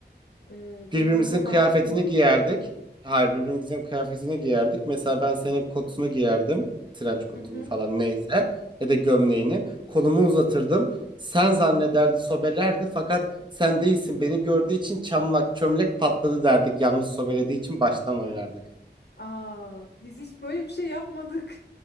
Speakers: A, on the left; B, on the right.
A: Ee,
B: Birbirimizin
A: gözümü kapattım
B: kıyafetini
A: mı?
B: giyerdik. Hayır, birbirimizin kıyafetini giyerdik. Mesela ben senin kotunu giyerdim. Trenç kotunu
A: Hı hı.
B: falan neyse. Ya da gömleğini. Kolumu uzatırdım. Sen zannederdi sobelerdi fakat sen değilsin beni gördüğü için çamlak çömlek patladı derdik. Yalnız sobelediği için baştan oynardık.
A: Aa, biz hiç böyle bir şey yapmadık.